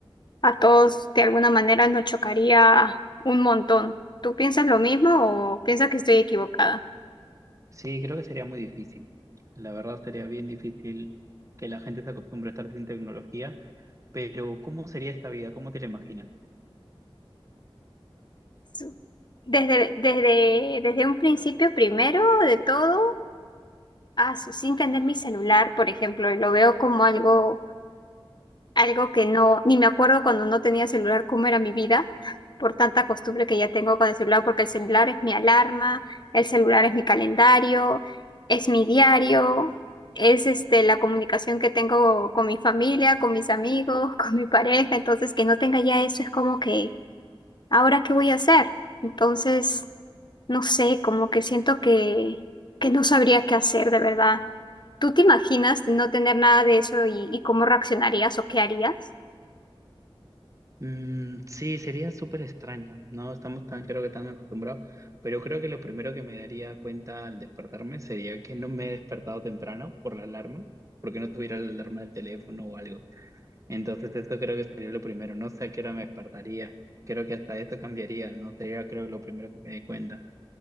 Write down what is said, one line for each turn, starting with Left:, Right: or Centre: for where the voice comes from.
Left: a todos de alguna manera nos chocaría un montón. ¿Tú piensas lo mismo o piensas que estoy equivocada?
Right: Sí, creo que sería muy difícil. La verdad sería bien difícil que la gente se acostumbre a estar sin tecnología, pero ¿cómo sería esta vida? ¿Cómo te la imaginas?
Left: Su- Desde, desde, desde un principio, primero de todo, a su sin tener mi celular, por ejemplo, y lo veo como algo Algo que no, ni me acuerdo cuando no tenía celular cómo era mi vida, por tanta costumbre que ya tengo con el celular, porque el celular es mi alarma, el celular es mi calendario, es mi diario, es este la comunicación que tengo con mi familia, con mis amigos, <laughs> con mi pareja, entonces que no tenga ya eso es como que, ¿ahora qué voy a hacer? Entonces, no sé, como que siento que, que no sabría qué hacer de verdad. ¿Tú te imaginas no tener nada de eso y, y cómo reaccionarías o qué harías?
Right: Mm, sí, sería súper extraño. No estamos tan, creo que tan acostumbrados, pero creo que lo primero que me daría cuenta al despertarme sería que no me he despertado temprano por la alarma, porque no tuviera la alarma del teléfono o algo. Entonces eso creo que sería lo primero. No sé a qué hora me despertaría. Creo que hasta eso cambiaría. No sería, creo, lo primero que me di cuenta.